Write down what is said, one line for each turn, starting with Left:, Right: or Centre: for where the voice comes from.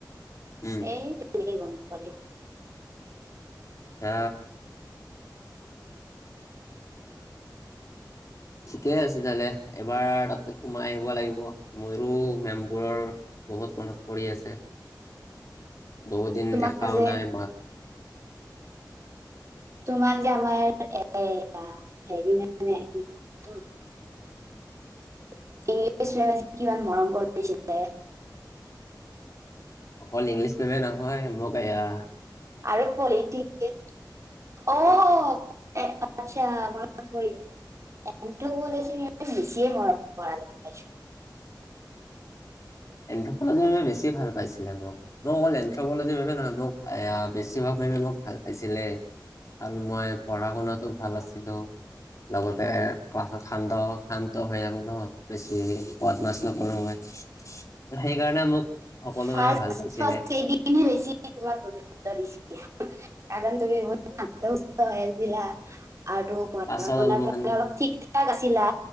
Left: উম
Right: এ কেনেকৈ গম পালে।
Left: আহ। ঠিকে আছে তোহলে এবাৰ তাতে সোমাই আহিব লাগিব মোৰো মেমবোৰৰ বহুত মনত পৰি আছে। বহুত দিন
Right: তোমাক
Left: দেখাও
Right: যে
Left: নাই মাত
Right: তোমাৰ আমাৰ এয়া হেৰি মে কি ইংছ কিমান মৰম কৰিছিলে
Left: অকল ইংলিছ মেমে নহয় মোক বেয়া।
Right: আৰু পলিটিকেল অ আচ্ছা মনত পৰিল এছ বেছিয় মৰম পৰা পাইছো।
Left: এনথ্ৰপলজি বাবে বেছি ভাল পাইছিলে মোক মই অকল এনথ্ৰপলজি বাবে নহয় মোক বেছিভাগ মে মোক ভাল পাইছিলে আৰু মই পঢ়া শুনাতো ভাল আছিলো লগতে ক্লাছত শান্ত শান্ত হৈ থাকো ন বেছি বদ মাছ নকৰা মই। সেইকাৰণে মোক সকলো
Right: ফাৰ্ষ্ট
Left: বাবে ভাল পাইছিলে
Right: ফাৰ্ষ্ট কেইদিনহে বেছি তোমাক গুৰুত্ব দিছিল। কাৰণ তুমি ইমান শান্ত সিস্ত হৈ আছিলা। আৰু পঢ়া
Left: পাছত
Right: শুনাটো
Left: অলপমান
Right: অলপ ঠিক ঠাক আছিলা